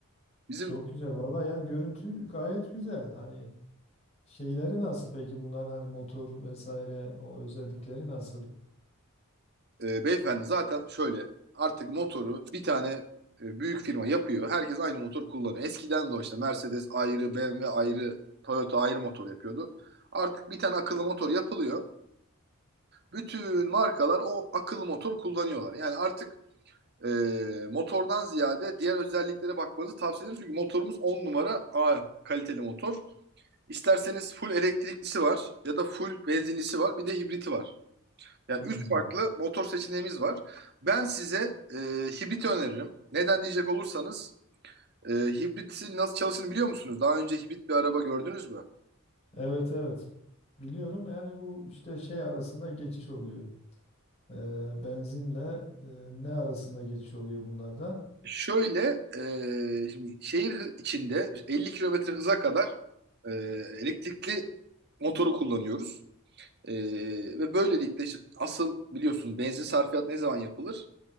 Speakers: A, on the right; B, on the left.
A: Bizim
B: Çok güzel. Vallahi yani görüntü gayet güzel. Hani Şeyleri nasıl peki bunların hani motor vesaire o özellikleri nasıl?
A: e, beyefendi zaten şöyle artık motoru bir tane e, büyük firma yapıyor. Herkes aynı motor kullanıyor. Eskiden de o işte Mercedes ayrı, BMW ayrı, Toyota ayrı motor yapıyordu. Artık bir tane akıllı motor yapılıyor. Bütün markalar o akıllı motoru kullanıyorlar. Yani artık e, motordan ziyade diğer özelliklere bakmanızı tavsiye ederim. Çünkü motorumuz 10 numara A kaliteli motor. İsterseniz full elektriklisi var ya da full benzinlisi var bir de hibriti var. Yani
B: Hmm.
A: 3 farklı motor seçeneğimiz var. Ben size e, hibriti öneririm. Neden diyecek olursanız e, hibritin nasıl çalıştığını biliyor musunuz? Daha önce hibrit bir araba gördünüz mü?
B: Evet evet. Biliyorum yani bu işte şey arasında geçiş oluyor. Ee, benzinle e, ne arasında geçiş oluyor bunlarda?
A: Şöyle e, şimdi şehir içinde 50 kilometre hıza kadar e, elektrikli motoru kullanıyoruz. Ee, ve böylelikle işte asıl biliyorsun benzin sarfiyatı ne zaman yapılır?